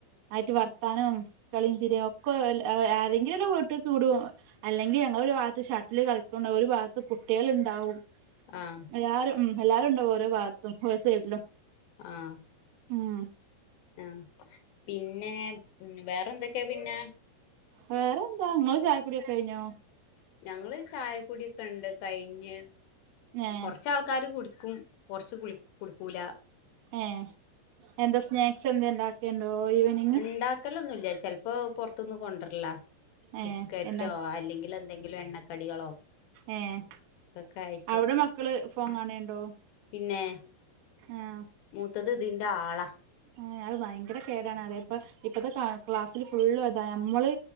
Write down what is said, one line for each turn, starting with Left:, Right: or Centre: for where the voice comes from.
Right: ആയിറ്റ് വർത്താനും കളിം ചിരിം ഒക്കെ <unintelligible> ആരെങ്കിലും ഓല വീട്ടിക്ക്‌ വിടും. അല്ലെങ്കി ഞങ്ങള് ഒരു ഭാഗത്ത് ഷട്ടില് കളിക്ക്‌ണ്ടാവും ഒരു ഭാഗത്ത് കുട്ട്യേള്ണ്ടാവും.
Left: ആഹ്
Right: എല്ലാരും ഉം എല്ലാരുംണ്ടാവും ഓരോ ഭാഗത്തും ഓരോ സൈഡിലും
Left: ആഹ്
Right: ആഹ്
Left: ആഹ് പിന്നെ വേറെന്തൊക്കെയാ പിന്നെ?
Right: വേറെന്താ ഇങ്ങളെ ചായകുടിയൊക്കെ കഴിഞ്ഞോ?
Left: ഞങ്ങള് ചായ കുടിയൊക്കെണ്ട് കഴിഞ് ഞ്.
Right: ഏ
Left: കൊർച്ച് ആൾക്കാര് കുടിക്കും കൊർച്ച് കുളി കുടിക്കൂല.
Right: ഏഹ്. എന്താ സ്നാക്സ് എന്തേം ഇണ്ടാക്കേണ്ടോ ഈവനി
Left: ഇണ്ടാക്കലൊന്നുല്ല ചെൽപ്പോ പൊറത്ത്ന്ന് കൊണ്ടർല്ലാ
Right: ഏ
Left: ബിസ്കറ്റോ
Right: എന്താ
Left: അല്ലെങ്കിലെ ന്തെങ്കിലും എണ്ണക്കടികളോ.
Right: ഏഹ്
Left: ഒക്കെ ആയിട്ട്
Right: അവ്ടെ മക്കള് ഫോൺ കാണേണ്ടോ?
Left: പിന്നെ
Right: ആഹ്
Left: മൂത്തത് ഇതിന്റെ ആളാ.
Right: ഏഹ് അത് ഭയങ്കര കേടാണ് പറ്യാ. ഇപ്പം ഇപ്പത്തെ ക്ലാസ്സില് ഫുള്ളും അതാ നമ്മള്